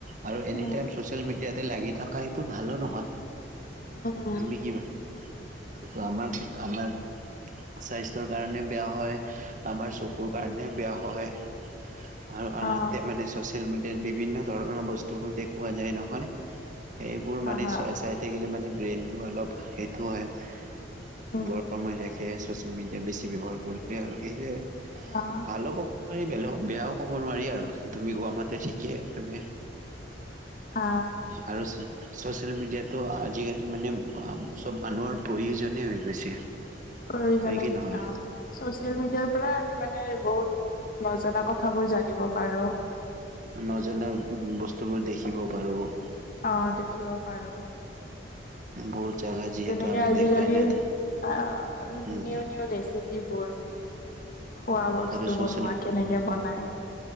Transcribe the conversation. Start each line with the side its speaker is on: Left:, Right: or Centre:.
Right: আৰু এনিটাইম
Left: উম
Right: চছি ছিয়েল মিডিয়াতে লাগি থকা এইটো ভালো নহয়,
Left: উম উম
Right: তুমি কিবা সেইটো আমাক আমাৰ স্বাস্থ্যৰ কাৰণে বেয়া হয়, আমাৰ চকুৰ কাৰণে বেয়া হয়। আৰু আনহাতে
Left: অ
Right: মানে চ'চিয়েল মিডিয়াৰ বিভিন্ন ধৰণৰ বস্তুবোৰ দেখুওৱা যায় নহয়। সেইবোৰ
Left: হা
Right: মানে
Left: হা
Right: চাই চাই থাকিলে মানে ব্ৰেইনটো অলপ সেইটো হয়।
Left: উম
Right: গৰম
Left: উম
Right: হৈ থাকে চচিয়েল মিডিয়া বেছি ব্যৱহাৰ কৰিলে আৰু সেইটোৱে।
Left: অ'।
Right: ভালো ক'ব নোৱাৰি বেলেগ বেয়াও ক'ব নোৱাৰি আৰু তুমি কোৱা মতে ঠিকেই, তুমি
Left: আ।
Right: আৰু চ-ছচিয়েল মিডিয়াতো আজিকালি মানে চব মানুহৰ প্ৰয়োজনেই হৈ গৈছে।
Left: প্ৰয়োজনে
Right: হয় কি
Left: হৈছে
Right: নহয়
Left: অ', চচিয়েল মিডিয়াৰ পৰাই আমি মানে বহুত নজনা কথাবোৰ জানিব পাৰোঁ‌।
Right: নজনা উম, বস্তুবোৰ দেখিব পাৰোঁ‌।
Left: অ', দেখিব পাৰোঁ‌,
Right: বহুত জাগা যিহেতু
Left: তেনেকে
Right: আমি
Left: আজিকালি
Right: দেখাই নাই
Left: আহ
Right: উম
Left: নিউ নিউ ৰেচিপিবোৰ, খোৱা বস্তু
Right: আৰু ছচিয়েল
Left: বনোৱা কেনেকে বনাই।